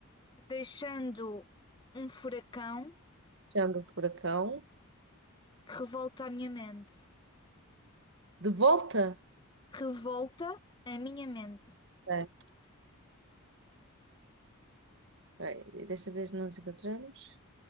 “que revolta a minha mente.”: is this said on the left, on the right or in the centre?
Left